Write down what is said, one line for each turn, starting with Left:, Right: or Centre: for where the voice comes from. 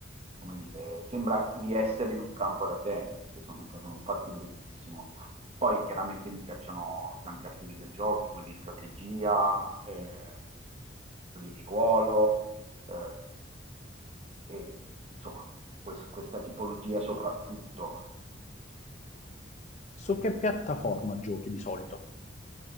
Right: come dire, sembra di essere in un campo da tennis, sono, sono fatti benissimo. Poi chiaramente mi piacciono tanti altri videogiochi, quelli di strategia, eh, quelli di ruolo, eh, e insomma, quest- questa tipologia soprattutto.
Left: Su che piattaforma giochi di solito?